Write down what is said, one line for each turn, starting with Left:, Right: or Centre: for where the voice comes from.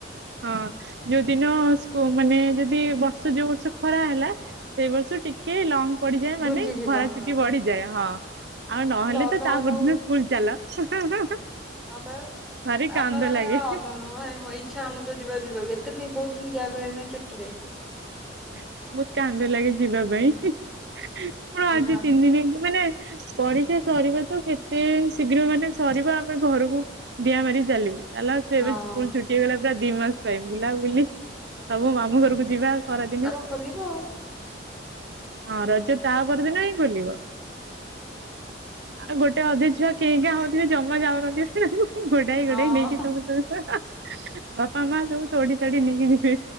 Right: ହଁ ଯୋଉଦିନକୁ ସ୍କୁ ମାନେ ଯଦି ବର୍ଷ ଯୋଉ ବର୍ଷ ଖରା ହେଲା ସେଇ ବର୍ଷ ଟି କେ ଲଙ୍ଗ ପଡିଯାଏ
Centre: ଘୁଞ୍ଚିଯିବ
Right: ମାନେ ଖରା
Centre: ହଁ
Right: ଚୁଟି ବଢିଯାଏ ହଁ ଆଉ ନହେଲେ
Centre: ଅନଉ
Right: ତ ତାପଦିନ
Centre: ଅନଉ
Right: ସ୍କୁଲ ଚାଲ।
Centre: ହଁ ପା,
Right: ଭାରି କାନ୍ଦ
Centre: ଆମେ ମାନେ
Right: ଲାଗେ
Centre: ଏ <unintelligible> <unintelligible> ଇଛ ହଉନଥିବ ଯିବା ଯିବାକୁ। ଏତେ ଦିନ ବହୁତ ଦିନ ଗ୍ୟାପ ରହିଲାନି ଛୁଟିରେ।
Right: ବହୁତ କାନ୍ଦ ଲାଗେ ଯିବା ପାଇଁ, କଣ
Centre: ହଁ
Right: ଆଜି ତିନି ଦିନ ମାନେ ପରୀକ୍ଷା ସରିବା ତ କେତେ ଶୀଘ୍ର ମାନେ ସରିବା ଆମେ ଘରକୁ ଡିଆଁ ମାରି ଚାଲିିବୁ। ଚାଲ ଛୁଏ
Centre: ହଁ।
Right: ଏବେ ସ୍କୁଲ ଛୁଟି ହେଇଗଲା ପୁରା ଦି ମାସ ପାଇଁ ବୁଲାବୁଲି ସବୁ ମାମୁଁ ଘରକୁ ଯିବା। ଖରାଦିନେ
Centre: ତାପ ଖୋଲିବ
Right: ହଁ ରଜ ତା ପରଦିନ ଇଁ ବୁଲିବ ଆଉ ଗୋଟେ ଅଧେ ଛୁଆ କେଁ କେଁ ହଉଥିବେ ଜମା ଯାଉନଥିବେ ଘୋଡ଼ାଇ ଗୋଡ଼ାଇ
Centre: ଆଉ
Right: ନେଇକି
Centre: ହଁ
Right: ସବୁ ସୁ ହାଁ ହାଁ ବାପା ମା ସବୁ ତଡ଼ି ତାଡ଼ି ନେଇକି ଯିବେ।